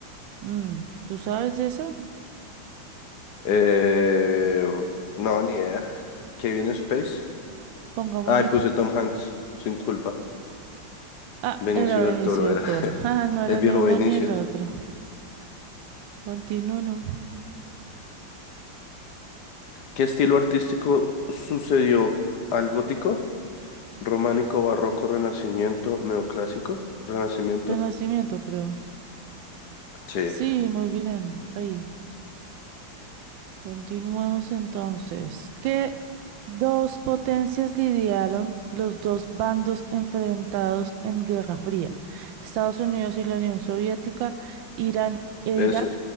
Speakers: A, on the right; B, on the left.
A: Mm, ¿tú sabes de eso?
B: Eh, no, ni idea. Kevin Space.
A: Pongámosle.
B: Ay, puse Tom Hanks, sin culpa.
A: Ah,
B: Benicio
A: era Benicio
B: del Toro
A: del
B: era
A: Toro.
B: <laughs>
A: <laughs> Ajá, no era
B: el viejo
A: ni uno
B: Benicio.
A: ni el otro. Continuo.
B: ¿Qué estilo artístico sucedió al gótico? Románico, barroco, renacimiento, neoclásico, renacimiento.
A: Renacimiento, creo.
B: Sí.
A: Sí, muy bien. Ahí. Continuamos entonces. ¿Qué dos potencias lidiaron los dos bandos enfrentados en Guerra Fría? Estados Unidos y la Unión Soviética, Irán e
B: Ese,
A: Irak,